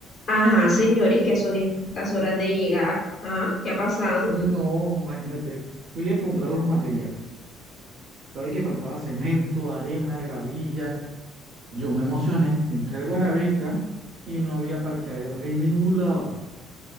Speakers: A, on the left (about 50°); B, on the right (about 60°).
A: Ajá, señor, ¿y qué son estas horas de llegar? Ajá, ¿qué ha pasado?
B: No, imagínate, fui a comprar los materiales. Sabes que faltaba cemento, arena, gravilla. Yo me emocioné, entré al Buenavista y no había parqueadero en ningún lado.